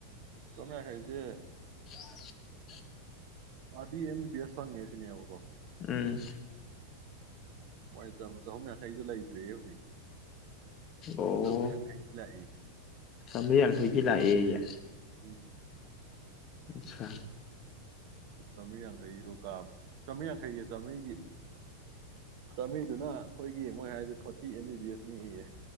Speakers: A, on the right; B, on the left.
A: ꯇꯃꯦ ꯍꯥꯏꯩꯗꯤꯦ
B: <inaudible>
A: ꯑꯗꯤ ꯑꯦꯝ ꯕꯤ ꯕꯤ ꯑꯦꯁ ꯐꯪꯉꯦ ꯁꯤꯅꯦꯕꯀꯣ
B: ꯎꯝ
A: ꯏ ꯆꯕ ꯆꯍꯨꯝ ꯌꯥꯡꯈꯩꯗꯨ ꯂꯩꯇ꯭ꯔꯦ ꯍꯧꯖꯤꯛ
B: ꯑꯣ
A: ꯆꯃꯌꯥ ꯀꯩ ꯀꯂ
B: ꯆꯥꯝꯃꯔꯤ ꯌꯥꯡꯈꯩꯒꯤ ꯂꯥꯛꯑꯦ
A: ꯎꯝ
B: ꯑꯆꯥ
A: ꯆꯥꯝꯃꯔꯤ ꯌꯥꯡꯈꯩꯒꯤ ꯂꯣꯀꯥ ꯆꯥꯝꯃꯔꯤ ꯌꯥꯡꯈꯩꯒꯤ ꯆꯥꯝꯃꯔꯤꯒꯤ ꯆꯃꯤ ꯑꯗꯨꯅ ꯑꯩꯈꯣꯏꯒꯤ ꯃꯣꯏ ꯍꯥꯏꯔꯤꯁꯦ ꯐꯣꯔꯇꯤ ꯑꯦꯝ ꯕꯤ ꯕꯤ ꯑꯦꯁꯅꯤ ꯏꯌꯦ